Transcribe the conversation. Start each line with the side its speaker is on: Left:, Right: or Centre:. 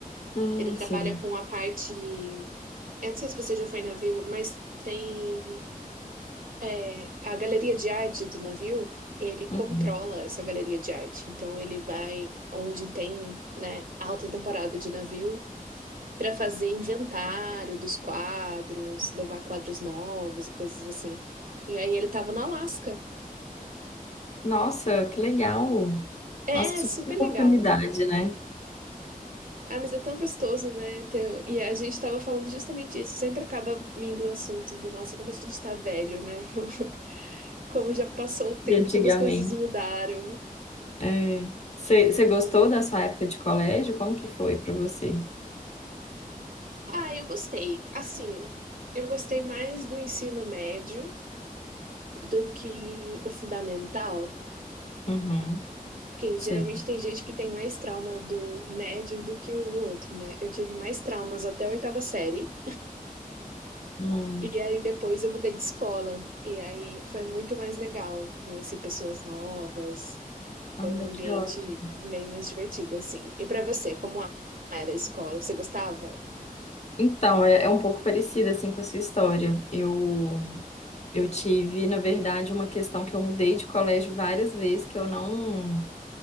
Left: hum,
Right: Ele trabalha
Left: sim.
Right: com a parte. Eu não sei se você já foi em navio, mas tem é, a galeria de arte do navio, ele
Left: Uhum.
Right: controla essa galeria de arte. Então ele vai onde tem, né, alta temporada de navio para fazer inventário dos quadros, levar quadros novos e coisas assim. E aí ele tava no Alasca.
Left: Nossa, que legal.
Right: É
Left: Nossa, que super
Right: super
Left: oportunidade,
Right: legal.
Left: né?
Right: Ah, mas é tão gostoso, né? ter- E a gente tava falando justamente isso. Sempre acaba vindo o assunto do nossa, como a gente tá velho, né? <laughs> Como, como já passou o
Left: De
Right: tempo,
Left: antigamente.
Right: como as coisas mudaram.
Left: É. Você gostou da sua época de colégio? Como que foi para você?
Right: Ah, eu gostei. Assim, eu gostei mais do ensino médio do que o fundamental,
Left: Uhum.
Right: porque
Left: Sei.
Right: geralmente tem gente que tem mais trauma do médio do que o do outro, né? Eu tive mais traumas até a oitava série.
Left: Hum.
Right: E aí depois eu mudei de escola. E aí foi muito mais legal. Conheci pessoas novas.
Left: Olha,
Right: Foi um ambiente
Left: que ótimo.
Right: meio mais divertido, assim. E pra você, como era a escola? Você gostava?
Left: Então, é, é um pouco parecida assim com a sua história. Eu eu tive, na verdade, uma questão que eu mudei de colégio várias vezes que eu não